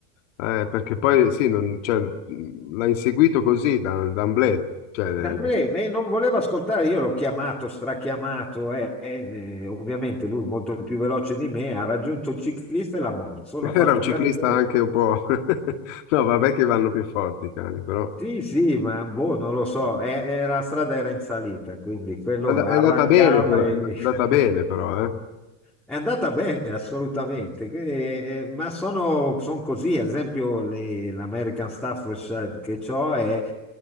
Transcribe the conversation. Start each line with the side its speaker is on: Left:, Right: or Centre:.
Left: eh, perché poi sì, non- cioè, mh, l'ha inseguito così da, d'emblée. Cioè,
Centre: Da me, eh, non voleva ascoltare, io l'ho chiamato, strachiamato, eh, eh, ovviamente lui molto più veloce di me, ha raggiunto il ciclista e l'ha morso,
Left: <laughs>
Centre: l'ha fatto
Left: era un ciclista
Centre: cadere
Left: anche un po'... <laughs> No, vabbè che vanno più forti i cani, però...
Centre: Sì, sì, ma boh, non lo so, e- e la strada era in salita, quindi quello
Left: È and-
Centre: arrancava
Left: è andata bene, per-
Centre: e
Left: è andata bene
Centre: <laughs>
Left: però, eh.
Centre: è andata bene, assolutamente. Quindi, eh, ma sono, son così, ad esempio le- l'American Staffordshire che ho è,